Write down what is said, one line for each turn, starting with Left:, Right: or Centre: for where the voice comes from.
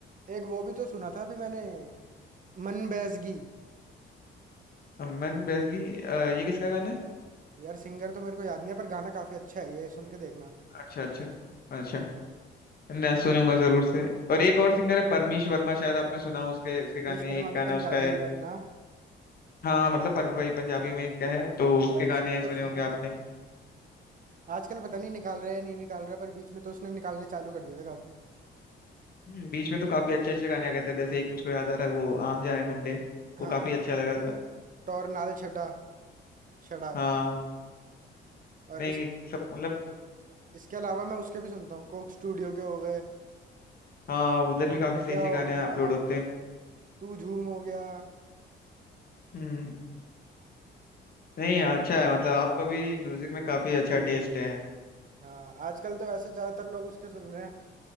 Right: एक वो भी तो सुना था अभी मैंने मन बैसगी
Left: अमन बैस की अ, ये किसका गाना है
Right: यार सिंगर तो मेरे को याद नहीं है पर गाना काफी अच्छा है ये सुन के देखना
Left: अच्छा अच्छा अच्छा मैं सुनूंगा जरूर से और
Right: इस
Left: एक
Right: पर
Left: और सिंगर है परमीश वर्मा शायद आपने सुना हो उसके उसके गाने
Right: मनीष शर्मा
Left: एक गाना
Right: तो पंजाबी
Left: उसका है
Right: है अपना हाँ
Left: हाँ हाँ, मतलब पर वही पंजाबी में एक है तो
Right: भाई,
Left: उसके गाने
Right: उसको तो
Left: सुने
Right: सुना
Left: होंगे आपने
Right: है आजकल पता नहीं निकाल रहा है या नहीं निकाल रहा पर बीच में तो उसने निकालने चालू कर दिया था काफी
Left: हम्म, बीच में तो काफी अच्छे अच्छे गाने आ गए थे जैसे एक मुझको याद आ रहा है वो आम जाए मुंडे
Right: हाँ
Left: वो काफी अच्छा लगा था
Right: टोरनाल छड़ा छड़ा
Left: हाँ
Right: और
Left: नहीं
Right: इस
Left: सब मतलब
Right: इसके अलावा मैं उसके भी सुनता हूँ कोक स्टूडियो के हो गए
Left: हाँ उधर भी काफी
Right: क्या
Left: सही से
Right: हो
Left: गाने
Right: गया
Left: अपलोड होते हैं
Right: तू झूम हो गया
Left: हम्म नहीं अच्छा है मतलब आपका भी म्यूजिक में काफी अच्छा टेस्ट
Right: हाँ आजकल तो वैसे ज्यादातर लोग उसके सुन रहे हैं